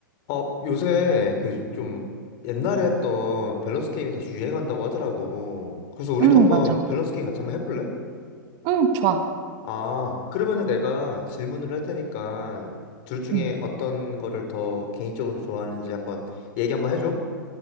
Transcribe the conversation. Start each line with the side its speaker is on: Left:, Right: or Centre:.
Left: 어, 요새 그 좀 옛날에 했던 밸런스 게임이 다시 유행한다고 하더라고. 그래서 우리도
Right: 응,
Left: 한번
Right: 맞아.
Left: 밸런스 게임 같이 한번 해볼래?
Right: 응, 좋아.
Left: 아, 그러면은 내가 질문을 할 테니까 둘 중에
Right: 응.
Left: 어떤 거를 더 개인적으로 좋아하는지 한번 얘기 한번 해줘.